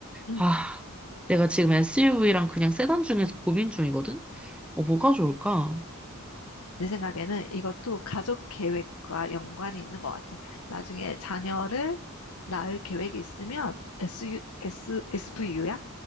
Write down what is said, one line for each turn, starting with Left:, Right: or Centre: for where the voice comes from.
Left: 응.
Centre: 아, 내가 지금 SUV랑 그냥 세단 중에서 고민 중이거든? 어, 뭐가 좋을까?
Left: 내 생각에는 이것도 가족 계획과 연관이 있는 것 같아. 나중에 자녀를 낳을 계획이 있으면 SU, v u 야